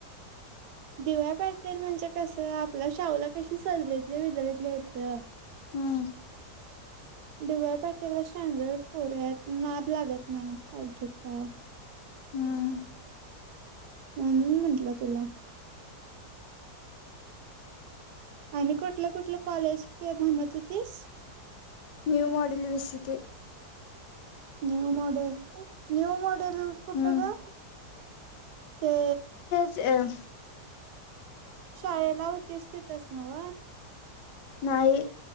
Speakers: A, on the right; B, on the left.
A: डी वाय पाटील म्हणजे कसं आपल्या शाहुला कशी सजरीतले विदरतले आहेत ग
B: हम्म.
A: डी वाय पाटीलला स्टॅंडर्ड पोर आहेत नाद लागत नाय फालतूचा
B: हम्म.
A: म्हणून म्हटलं तुला आणि कुठलं कुठलं कॉलेज ते म्हणत होतीस
B: न्यू मॉडेल विसिके
A: न्यू मॉडेल न्यू मॉडेल कुट
B: हम्म
A: गं? ते
B: चे अंम
A: शाळेला होतीस तीतच नव?
B: न्हाइ